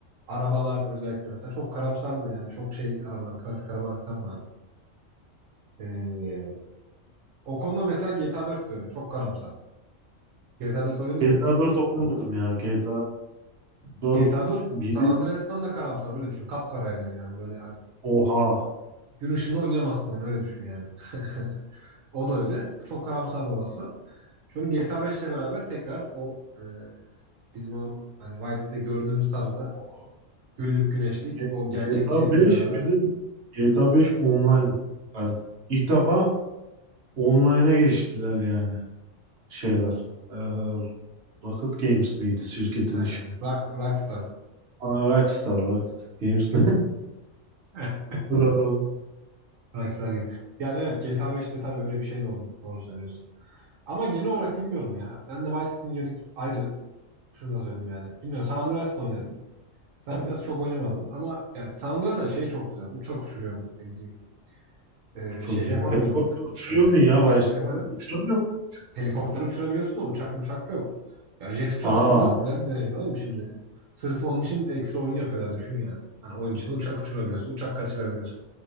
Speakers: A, on the right; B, on the right.
A: arabalar özellikle mesela çok karamsardı yani. Çok şey arabalar, klasik arabalar falan vardı. Ee, o konuda mesela GTA 4 de öyle. Çok karamsar. GTA 4 oynadın
B: GTA
A: mı hiç?
B: 4 oynamadım ya. GTA Dört
A: GTA 4
B: biri
A: San Andreas'tan da karamsar öyle düşün. Kapkara yani yani böyle hani
B: oha.
A: gün ışığında oynayamazsın oyunu öyle düşün yani. <laughs> O da öyle. Çok karamsar babası Şu an GTA 5 ile beraber tekrar o e, bizim o hani Vice'de gördüğümüz tarzda
B: Oo.
A: güllük güneşlik
B: G-
A: o gerçekçilikle
B: GTA 5
A: beraber
B: bir de GTA 5 online. Hani ilk defa online'a geçtiler yani şeyler. Ee, Rocket Games miydi şirketin
A: aynen
B: ismi?
A: rock, rockstar
B: Aa, Rockstar Rocket Games. <laughs>
A: <laughs>
B: Aa,
A: rockstar gibi. Yani evet GTA 5'te tabii öyle bir şey de oldu. Doğru söylüyorsun. Ama genel olarak bilmiyorum ya. Ben de Vice City'nin yeri ayrı. Şunu da söyleyeyim yani. Bilmiyorum San Andreas'ta oynadım. San Andreas çok oynamadım ama yani San Andreas'a şey çok güzel. Uçak uçuruyorum ne bileyim. E,
B: Çok
A: şeyde
B: iyi.
A: yapamıyordum.
B: Helikopter uçuruyordun
A: E,
B: ya başta.
A: Vice'de yapamıyordum.
B: Uçuramıyor musun uçakta?
A: Helikopter uçurabiliyorsun da uçak uçak yok. Ya jet uçağı
B: Aa
A: uçurmak güzel bir deneyim oğlum şimdi. Sırf onun için ekstra oyun yapıyorlar düşün yani. Hani oyun içinde uçak uçurabiliyorsun, uçak kaçırabiliyorsun.